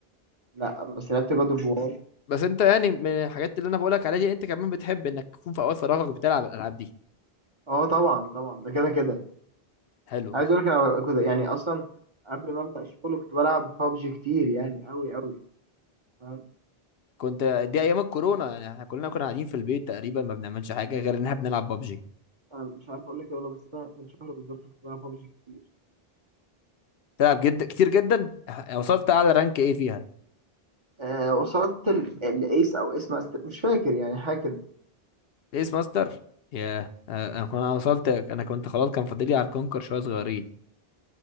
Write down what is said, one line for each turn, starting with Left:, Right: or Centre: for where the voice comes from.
Right: لا بس لعبت جاد اوف وار
Left: بس انت يعني من الحاجات اللي انا بقولك عليها دي انت كمان بتحب انك تكون في اوقات فراغك بتلعب الالعاب دي
Right: اه طبعا طبعا ده كده كده
Left: حلو
Right: عايز اقول لك انا كنت يعني اصلا قبل ما ابدا الشغل كنت بلعب بابجي كتير يعني قوي قوي فاهم
Left: كنت دي ايام الكورونا يعني احنا كلنا كنا قاعدين في البيت تقريبا ما بنعملش حاجه غير ان احنا بنلعب بابجي
Right: انا مش عارف اقول لك ايه والله بس انا من شهر بالظبط كنت بلعب بابجي كتير
Left: تلعب جدا كتير جدا اه، وصلت اعلى رانك ايه فيها
Right: آه وصلت ال- الايس او ايس ماستر مش فاكر يعني حاجه كده
Left: ايس ماستر ياه اه، انا كنت انا وصلت انا كنت خلاص كان فاضلي على الكونكر شويه صغيرين